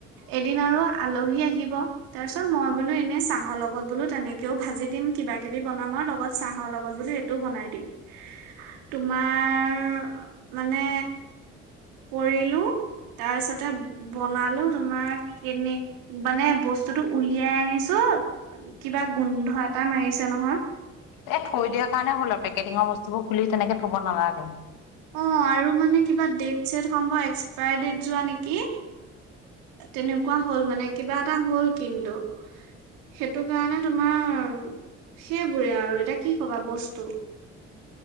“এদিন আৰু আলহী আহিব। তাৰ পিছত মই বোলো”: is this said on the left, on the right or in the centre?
Right